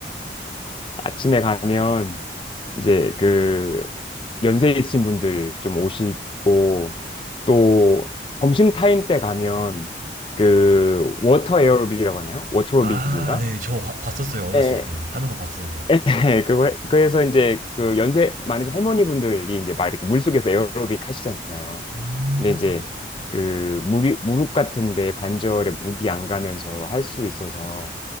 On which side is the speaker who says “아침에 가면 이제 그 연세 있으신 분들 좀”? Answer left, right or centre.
Left